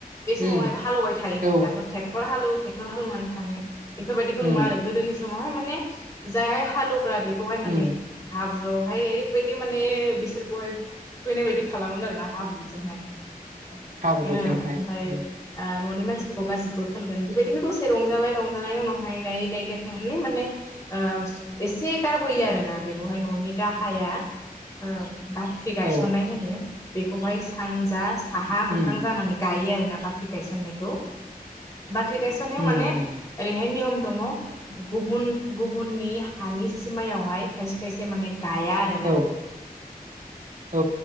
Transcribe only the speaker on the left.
बे समावहायबो
हालेवबाय थायोमोन
दाथ' ट्रेक्टर हालेव टेक्टर हालुमान थानो बेफोरबायदिखौ
नुवा आरो गोदोनि समाव बेवहाय माने जाय हाल हेवग्रा बे बेहाय माने
हाब्रु हाय ओरैबायदि माने बिसोरखौहाय फैनाय बायदि खालामोनो आरोना हाब्रु जोंहाय औ
ओमफाय
ओ न'नि मनसि फोरखौ गासिबो फोनगोन बेबायदिनो दसे रंजाबाय रंजानायनि उनावहाय गायै गायै गायखांनानै माने ओ एसे गारबोयो आरोना बेखौहाय न'नि गाहाया ओ बाख्रि गायसननाय
होनो बेखौहाय सानजा साहा मोखां
जानानै गायो आरोना बाख्रि गायसननायखौ बाख्रि गायस'ननायाव
माने
ओरैहाय नियम दङ' गुबुन गुबुनि हानि सिमायावहाय खायसे खायसे माने गाया आरोना